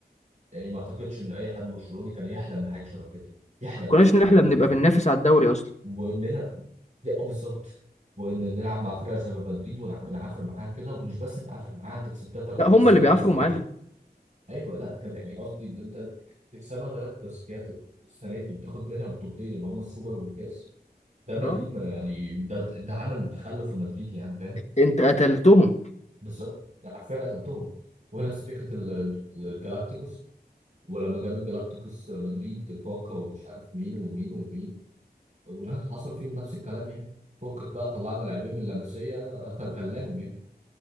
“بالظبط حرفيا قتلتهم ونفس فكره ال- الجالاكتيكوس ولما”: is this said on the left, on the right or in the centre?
Right